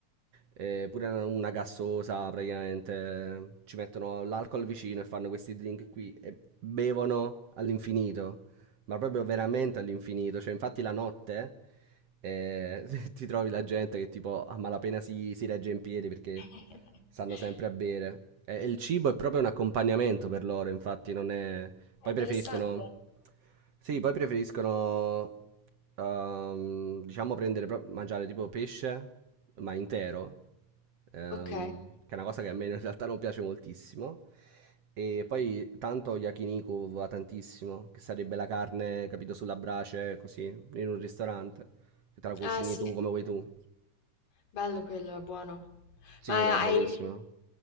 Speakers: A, on the right (about 55°); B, on the left (about 75°).
A: Eh, pure una una gassosa praticamente ci mettono l'alcol vicino e fanno questi drink qui e bevono all'infinito ma proprio veramente all'infinito. Cioè, infatti, la notte eh, <laughs> ti trovi la gente che tipo a malapena si, si regge in piedi perché
B: <laughs>
A: stanno sempre a bere. E, e il cibo è proprio un accompagnamento per loro, infatti, non è. Poi
B: Interessante.
A: preferiscono. Sì, poi preferiscono. ehm, diciamo prendere, pro- mangiare tipo pesce, ma intero ehm,
B: Ok.
A: che è una cosa che a me in realtà non piace moltissimo. E poi tanto yakiniku va tantissimo, che sarebbe la carne, capito, sulla brace, così, in un ristorante, che te la cucini
B: Ah, sì.
A: tu come vuoi tu.
B: Bello quello, è buono.
A: Sì,
B: Ma
A: no, buonissimo.
B: hai,